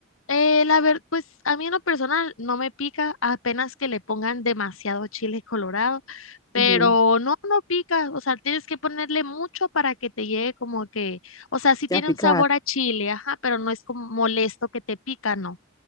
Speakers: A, on the left; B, on the left.
A: Eh, la verdad, pues a mí en lo personal no me pica, apenas que le pongan demasiado chile colorado, pero
B: Ujú,
A: no, no pica, o sea, tienes que ponerle mucho para que te llegue como que, o sea, sí tiene
B: Ya picar.
A: un sabor a chile, ajá, pero no es como molesto que te pica, no.